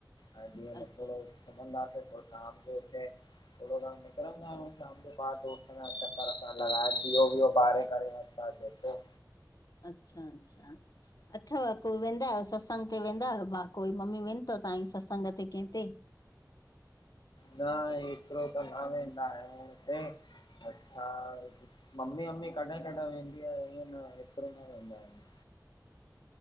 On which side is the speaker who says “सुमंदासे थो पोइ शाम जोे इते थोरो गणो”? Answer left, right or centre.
Left